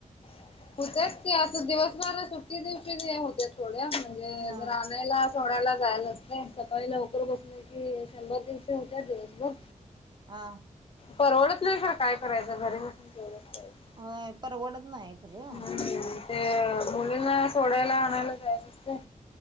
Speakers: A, on the left (about 40°); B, on the right (about 30°).
A: <inaudible> होत्या की आता दिवसभरात सुट्टी दिवशी होत थोड्या म्हणजे
B: हा
A: जर आणायला सोडायला जायचं असते सकाळी लवकर बसल की शंभर दीडशे होत्यात दिवसभर.
B: हा.
A: परवडत नाही खर काय करायचं घरी बसून <inaudible>
B: होय. परवडत नाही खरं.
A: हम्म ते मुलींना सोडायला आणायला जायच असतंय.